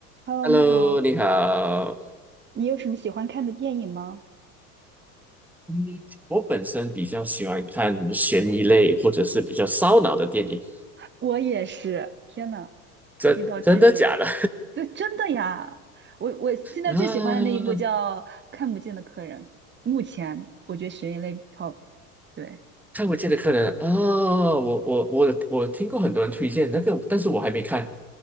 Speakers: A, on the right; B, in the centre.
A: Hello，
B: Hello，
A: 你好，
B: 你好。
A: 你有什么喜欢看的电影吗？
B: 嗯，我本身比较喜欢看悬疑类或者是比较烧脑的电影。
A: 我也是，天呐，
B: 真真的假的？
A: 遇到知己了，对，真的呀，我我现在最喜欢的那一部叫《看不见的客人》，
B: <laughs> 啊，
A: 目前我觉得悬疑类 top，对，
B: 看不见的客人啊，我我我我听过很多人推荐那个，但是我还没看。